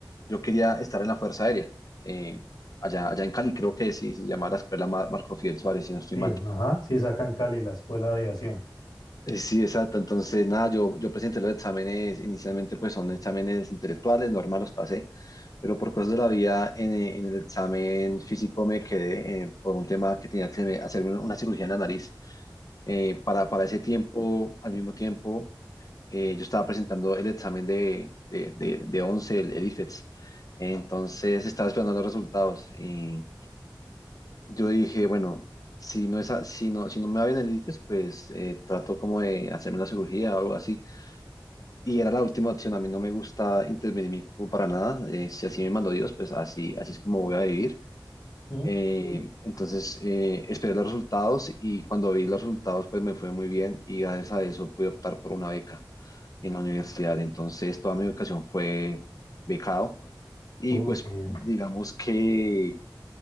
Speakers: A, on the left (about 50°); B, on the left (about 70°).
A: yo quería estar en la Fuerza Aérea. eh, allá, allá en Cali creo que sí, se llama la escuela Mar- Marco Fidel Suárez, si no estoy
B: Sí,
A: mal.
B: ajá, sí, sacan Cali la escuela de aviación.
A: Eh, sí, exacto. Entonces, nada, yo, yo presenté los exámenes, inicialmente pues son exámenes intelectuales, normal los pasé, pero por cosas de la vida en, eh, en el examen físico me quedé eh, por un tema que tenía que hacerme hacerme una, una cirugía en la nariz. Eh, para, para ese tiempo, al mismo tiempo... eh, yo estaba presentando el examen de, de, de, de 11, el, el IFETS. Entonces estaba esperando los resultados. Y yo dije, bueno, si no, es a- si no, si no me va bien el IFES, pues eh, trato como de hacerme una cirugía o algo así. Y era la última opción. A mí no me gusta intervenir mi cuerpo para nada. Eh, si así me mandó Dios, pues así, así es como voy a vivir.
B: ¿no?
A: Eh, entonces eh, esperé los resultados y cuando vi los resultados, pues me fue muy bien y gracias a eso pude optar por una beca en la universidad. Entonces, toda mi educación fue becado y
B: Uy,
A: pues
B: qué bien.
A: digamos que